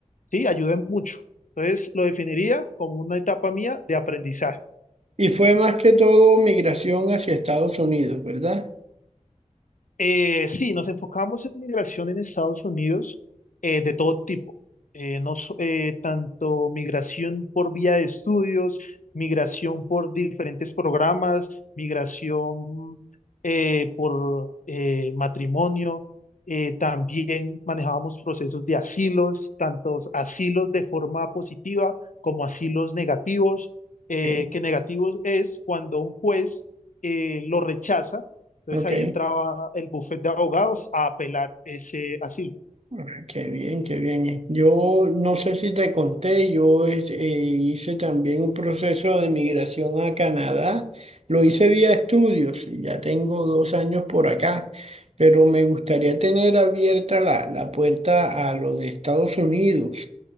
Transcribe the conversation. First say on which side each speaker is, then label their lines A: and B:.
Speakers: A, on the left; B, on the right.
A: sí, ayudé mucho. Entonces lo definiría como una etapa mía de aprendizaje.
B: Y fue más que todo migración hacia Estados Unidos, ¿verdad?
A: Eh, sí, nos enfocamos en migración en Estados Unidos eh, de todo tipo, Eh, no so- eh, tanto migración por vía de estudios, migración por diferentes programas, migración eh, por eh, matrimonio. Eh, también manejábamos procesos de asilos, tantos asilos de forma positiva como asilos negativos, eh,
B: Ok,
A: que negativos es cuando un juez eh, lo rechaza entonces
B: ok.
A: ahí entraba el bufete de abogados a apelar ese asilo.
B: Ah, Qué bien, qué bien. eh. Yo no sé si te conté, yo es- eh, hice también un proceso de migración a Canadá. Lo hice vía estudios y ya tengo dos años por acá, pero me gustaría tener abierta la, la puerta a lo de Estados Unidos.